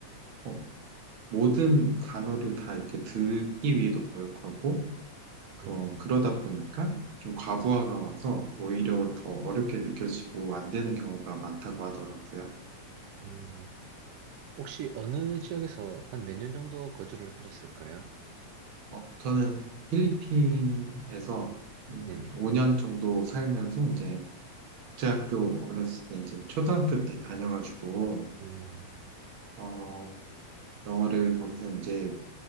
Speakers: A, on the right (about 55°); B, on the right (about 85°).
A: 어, 모든 단어를 다 이렇게 듣기 위해 노력하고, 그,
B: 음,
A: 그러다 보니까 좀 과부하가 와서 오히려 더 어렵게 느껴지고 안 되는 경우가 많다고 하더라고요.
B: 음. 혹시 어느 지역에서 한 몇 년 정도 거주를 하셨을까요?
A: 어, 저는 필리핀에서
B: 네네.
A: 5년 정도 살면서 이제 국제학교 어렸을 때 이제 초등학교 때 다녀가지고
B: 음,
A: 어, 영어를 거기서 이제